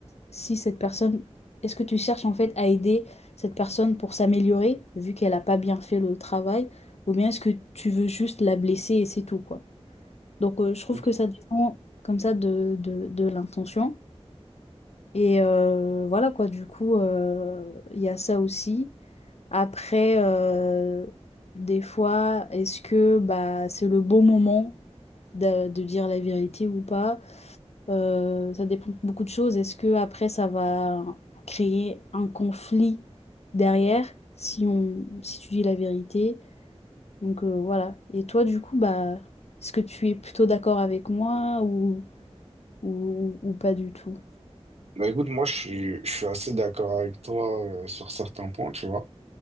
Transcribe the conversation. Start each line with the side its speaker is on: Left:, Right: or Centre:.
Left: si cette personne est-ce que tu cherches en fait à aider cette personne pour s'améliorer vu qu'elle a pas bien fait le travail ou bien est-ce que tu veux juste la blesser et c'est tout quoi. Donc euh, je trouve
Right: Ok.
Left: que ça dépend comme ça de, de, de l'intention et euh, voilà quoi du coup euh, il y a ça aussi. Après euh, des fois est-ce que bah c'est le bon moment de, de dire la vérité ou pas. Euh, ça dépend de beaucoup de choses. Est-ce que après ça va créer un conflit derrière si on, si tu dis la vérité? Donc euh, voilà. Et toi, du coup, bah, est-ce que tu es plutôt d'accord avec moi ou, ou, ou pas du tout?
Right: Bah écoute, moi, je suis, je suis assez d'accord avec toi euh, sur certains points, tu vois.